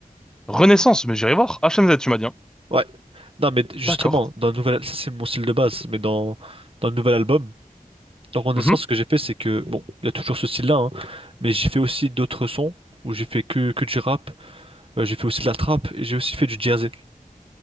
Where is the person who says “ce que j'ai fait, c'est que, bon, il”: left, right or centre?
Right